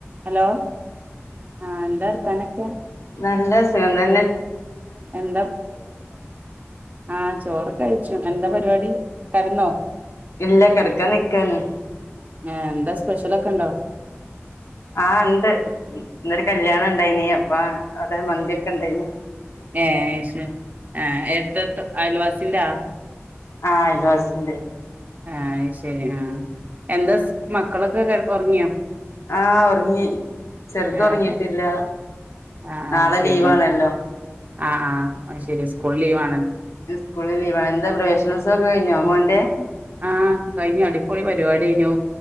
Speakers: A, on the right; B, on the left.
A: Hello ആ എന്താ ർത്താനൊക്കെ
B: നല്ല സുഖംതന്നെ
A: എന്താ ആ ചോറ്ക്കെക്കഴിച്ചു എന്താ പ പരിപാടി കടന്നോ
B: ഇല്ല കിടക്കാൻ നിക്കാന്
A: ഹേ എന്താ സ്പെഷ്യലൊക്കെ ഇണ്ടോ
B: ആഹ് ഉണ്ട് ഇന്നൊരു കല്യാണം ഇണ്ടായിനീ അപ്പൊ അതെ മന്തിയൊക്കെ ഇണ്ടായിന്
A: ഏഹ് ഏശു എടുത്ത്ടുത്ത അയൽവാസിന്റെ
B: ആഹ് അയൽവാസിന്റെ
A: ആ ആയ് ശേരി എന്താ മക്കളൊക്കെ ഒറങ്ങിയോ
B: ആഹ് ഒറങ്ങി ചെറുത്
A: ആഹ്
B: ഒറങ്ങിട്ടില്ല
A: ആഹ്
B: നാളെ
A: ശരി
B: ലീവാണല്ലോ
A: ആഹ് ആഹ് ശരി- കൊള്ളി വാ
B: ഇത് സ്കൂള്ല്- എന്താ പ്രവേശനോസക്കെ കഴിഞ്ഞോ മോൻ്റെ -
A: ആഹ് കഴിഞ്ഞു അടിപൊളി പരിപാടിഞ്ഞു